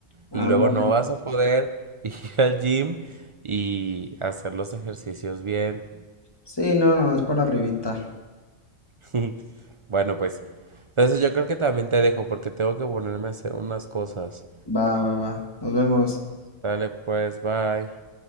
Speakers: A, on the left; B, on the right.
A: Ándale.
B: y luego no vas a poder <laughs> ir al gym y hacer los ejercicios bien.
A: Sí, Rivita.
B: <laughs> Bueno, pues, entonces yo creo que también te dejo porque tengo que ponerme a hacer unas cosas.
A: Va, va, va. Nos vemos.
B: Dale, pues, bye.